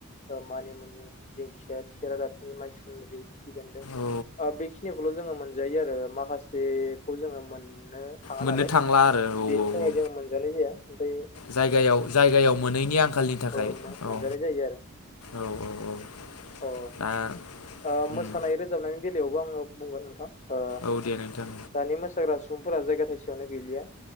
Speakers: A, on the left; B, on the left.
A: मानिमुनि दिंखिया खेरा दाफिनि माइसुन्द्रि खिफिबेनदों
B: औ
A: बेखिनिखौल' जोङो मोनजायो आरो माखासेखौ जोङो मोन- मोननो थाङा
B: मोननो
A: नालाय
B: थांला आरो औ
A: बेनि
B: औ
A: थाखाय
B: औ
A: जोङो मोनजानाय जाया बै
B: जायगायाव जायगायाव मोनैनि आंखालनि थाखाय
A: ओ मो-
B: औ
A: मोनजानाय जायो आरो
B: औ औ औ
A: अ
B: दा
A: ओ
B: उम
A: मोसानाय रोजाबनायनि बेलायावबो आङो बुंगोन नोंथां ओ
B: औ दे नोंथां
A: दानि मोसाग्रा सुबुंफोरा जायगा थाइसेयावनो गैलिया